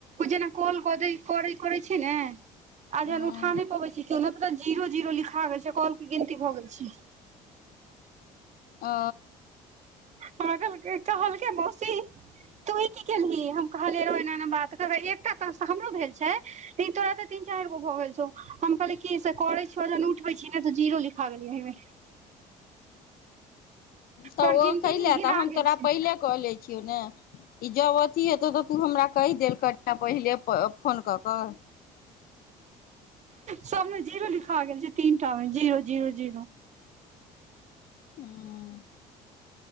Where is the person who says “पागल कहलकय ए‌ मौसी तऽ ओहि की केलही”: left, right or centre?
Right